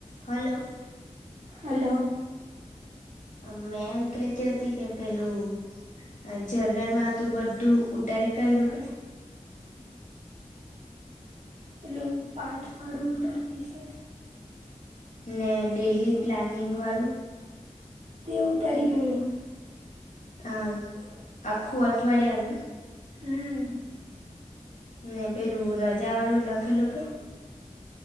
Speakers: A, on the left; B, on the right.
A: Hello.
B: Hello.
A: અ ma'am કેહતી હતી કે પેલું જર્નલ માં તું બધું ઉતારી કાંઈડુ કે?
B: પેલું પાઠ વાળું ઉતારતી સે.
A: ને ડેલી પ્લાનિંગ વાળું?
B: તે ઉતારી કાઈડુ.
A: આ, આખું અઠવાડિયાનું?
B: હમ્મ.
A: ને પેલું રજા વાળું લખેલું કે?